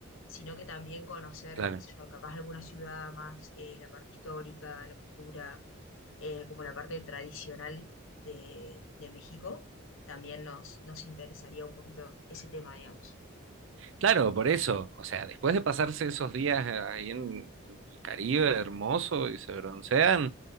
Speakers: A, on the left (about 70°); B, on the right (about 65°).
A: sino que también conocer,
B: claro.
A: qué sé yo, capaz alguna ciudad más, eh, la parte histórica, la cultura, eh, como la parte tradicional de, de México, también nos, nos interesaría un poquito ese tema, digamos.
B: Claro, por eso. O sea, después de pasarse esos días eh, ahí en, en el Caribe hermoso y se broncean,